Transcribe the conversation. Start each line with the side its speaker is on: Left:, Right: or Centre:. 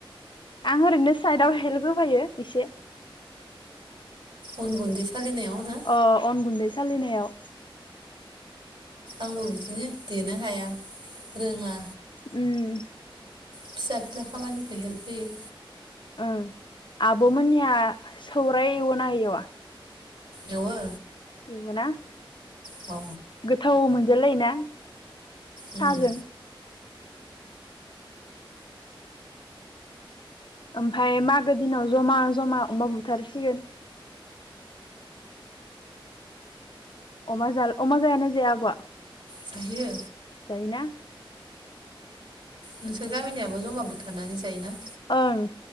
Left: आं ओरैनो साइदआव हेल्प होफायो एसे
Right: अन गुन्दै सालिनायाव ना?
Left: अ अन गुन्दै सालिनायाव।
Right: आंबो बिदिनो देनो हाया रोङा।
Left: उम
Right: फिसा फिला खामानिखौ हेल्प होयो।
Left: उम आब'मोननिया सौराय एवो ना एवा?
Right: एवो।
Left: एवो ना?
Right: अ'
Left: गोथाव मोनजालायो ना?
Right: उम
Left: साजों ओमफ्राय मागो दिनाव जमा जमा अमा बुथारसिगोन। अमा जाल अमा जायो ना जाया आब'आ?
Right: जायो
Left: जायोना?
Right: नोंसोर गामिनियाबो जमा बुथारनानै जायोना?
Left: ओं